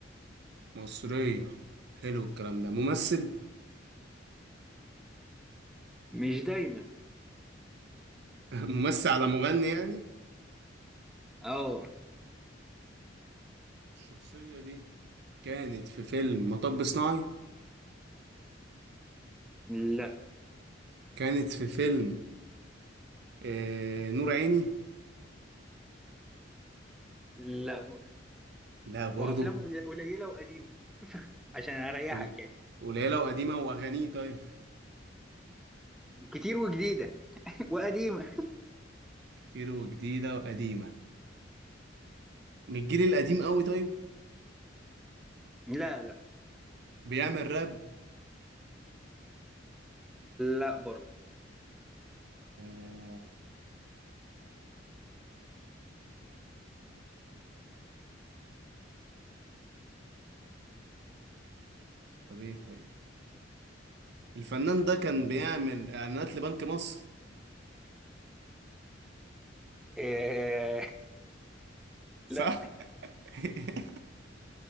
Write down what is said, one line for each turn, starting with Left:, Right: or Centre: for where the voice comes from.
Right: مصرية حلو الكلام ده ممثل
Centre: مش دايما
Right: <laughs> ممثل على مغني يعني
Centre: اه
Right: الشخصية دي كانت في فيلم مطب صناعي
Centre: لا
Right: كانت في فيلم آه... نور عيني
Centre: لا برضه
Right: لا برضو
Centre: وافلام قليلة وقديمة عشان اريحك
Right: قل-
Centre: يعني
Right: قليلة وقديمة وأغانيه طيب
Centre: كتير وجديدة <laughs> وقديمة
Right: <laughs> كتير وجديدة وقديمة من الجيل القديم قوي طيب
Centre: لا لا
Right: بيعمل راب
Centre: لا برضه
Right: آه، طب ايه طيب الفنان ده كان بيعمل اعلانات لبنك مصر
Centre: آه
Right: صح
Centre: لا
Right: <laughs>